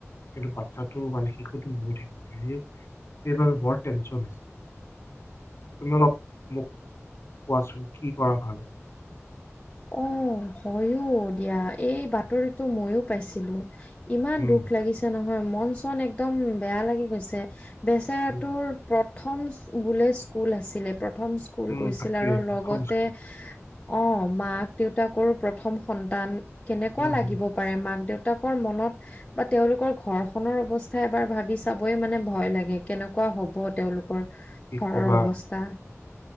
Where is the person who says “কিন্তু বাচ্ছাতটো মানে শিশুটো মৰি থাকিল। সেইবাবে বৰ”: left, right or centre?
Left